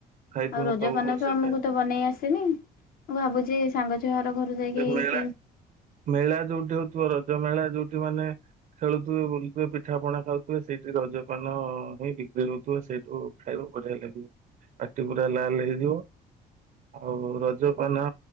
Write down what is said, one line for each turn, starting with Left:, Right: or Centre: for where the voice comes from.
Right: ଖାଇଛି
Left: ଆଉ
Right: ମୁଁ
Left: ରଜପାନ
Right: ସବୁ ବର୍ଷ
Left: ତ ଆମକୁ
Right: ଖାଏ।
Left: ତ ବନେଇ ଆସେନି ମୁଁ ଭାବୁଛି ସାଙ୍ଗ ଛୁଆର ଘରୁ ଯାଇକି
Right: ସେ ମେଳା
Left: କିଣି
Right: ମେଳା ଯୋଉଠି ହଉଥିବ, ରଜ ମେଳା ଯୋଉଠି ମାନେ ଖେଳୁଥିବେ, ବୁଲୁଥିବେ, ପିଠା ପଣା ଖାଉଥିବେ, ସେଇଠି ରଜପାନ ହିଁ ବିକ୍ରି ହଉଥିବେ ସେଇଠୁ ଖାଇବ ବଢ଼ିଆ ଲାଗିବ ପାଟି ପୁରା ଲାଲ ହେଇଯିବ ଆଉ ରଜ ପାନ